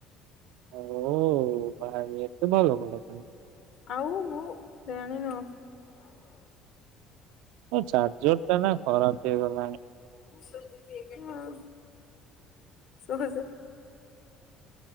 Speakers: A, on the right (about 85°); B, on the left (about 60°).
A: ଆଉ <unintelligible>
B: ଆଉ ମୁଁ ଜାଣିନ।
A: ଏ ଚାର୍ଜର ଟା ନା ଖରାପ ହେଇଗଲାଣି।
B: ହଁ ଶୁଭୁଛି।